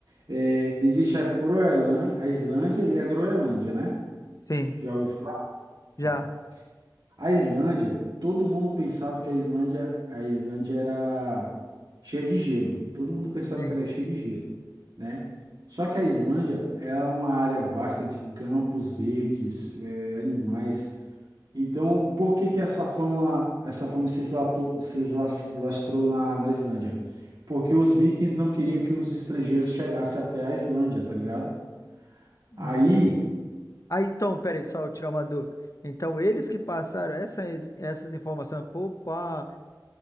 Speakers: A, on the right; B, on the left.
A: é, existe a Groenlândia, a Islândia e a Groenlândia, né?
B: sim.
A: Já ouviu falar?
B: Já.
A: Tá. A Islândia, todo mundo pensava que a Islândia, a Islândia era cheia de gelo. Todo mundo pensava
B: Sim.
A: que era cheia de gelo, né? Só que a Islândia é uma área vasta de campos verdes, é, animais. Então, por que que essa fama, essa fama se eslatou- se eslas- lastrou na, na Islândia? Porque os vikings não queriam que os estrangeiros chegassem até a Islândia, tá ligado? Aí
B: Uhum. Aí, então, peraí, só eu tirar uma dúvida. Então, eles que passaram essas, essas informações para